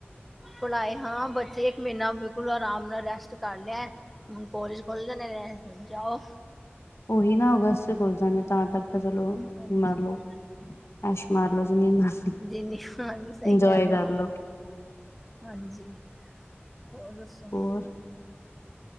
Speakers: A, in the centre; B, on the left.
A: ਬਨਾਏ। ਹਾਂ ਬੱਚੇ ਇੱਕ ਮੀਨਾ ਬਿਲਕੁਲ ਆਰਾਮ ਨਾਲ ਰੈਸਟ ਕਰ ਲਿਆ ਐ, ਹੁਨ ਕੋਲਜ ਖੋਲ੍ਹ ਜਾਨੇ ਨੇ। ਜਾਓ
B: ਓਹੀ ਨਾ ਅਗਸਤ ਚ ਖੁੱਲ ਜਾਂਦੇ ਨੇ ਤਾਂ ਤੱਕ ਤਾਂ ਚਲੋ
A: ਹਾਂਜੀ
B: ਮਾਰਲੋ ਐਸ਼ ਮਾਰ ਲੋੋ ਜੀਨੀ ਹੀਂ ਮਾਰਜੀ,
A: ਜੀ ਨੀ ਹਾਂਜੀ ਸਹੀ
B: ਇੰਜੋਏ
A: ਕਹਿ ਰਹੇ
B: ਕਰਲੋ
A: ਹੋ ਹਾਂਜੀ, ਹੋਰ ਦੱਸੋ?
B: ਹੋਰ